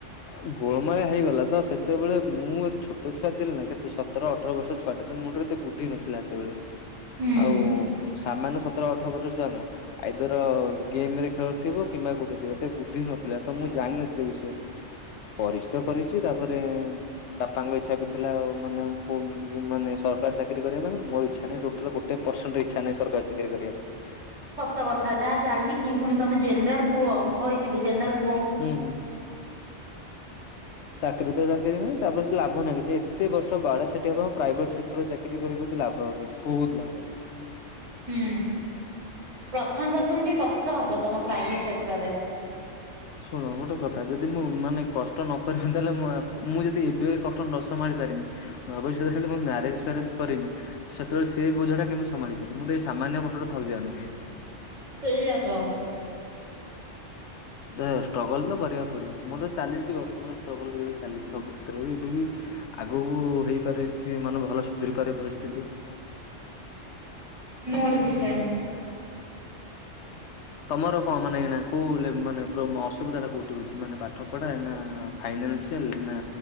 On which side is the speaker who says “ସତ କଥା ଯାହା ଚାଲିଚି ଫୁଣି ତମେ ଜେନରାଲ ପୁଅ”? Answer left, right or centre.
Right